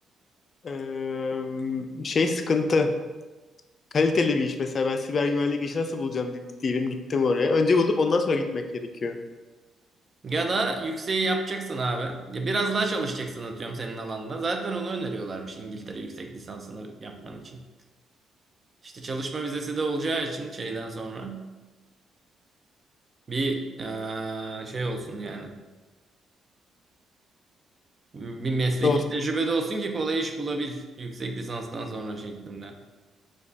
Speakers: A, on the left (about 50°); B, on the right (about 35°).
A: Ee, şey sıkıntı. Kaliteli bir iş mesela ben siber güvenlik işi nasıl bulacağım di- diyelim gittim oraya. Önce bulup ondan sonra gitmek gerekiyor.
B: Ya da yükseği yapacaksın abi. Ya biraz daha çalışacaksın atıyorum senin alanda. Zaten onu öneriyorlarmış İngiltere yüksek lisansını yapman için. İşte çalışma vizesi de olacağı için şeyden sonra bir eee, şey olsun yani. Bir mesleki
A: Doğru.
B: tecrübe de olsun ki kolay iş bulabil yüksek lisanstan sonra şeklinde.